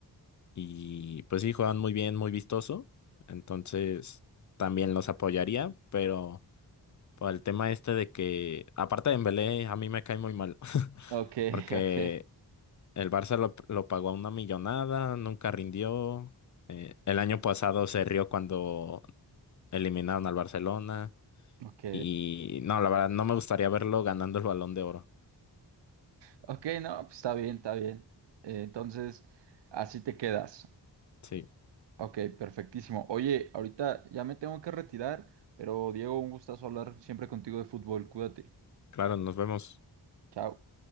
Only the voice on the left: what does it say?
Y pues sí, juegan muy bien, muy vistoso. Entonces, también los apoyaría, pero... Por el tema este de que, aparte de Dembélé, a mí me cae muy mal. <laughs>
Porque
el Barça lo, lo pagó a una millonada, nunca rindió. eh, el año pasado se rió cuando eliminaron al Barcelona.
Y no, la verdad, no me gustaría verlo ganando el Balón de Oro.
Sí,
claro, nos vemos.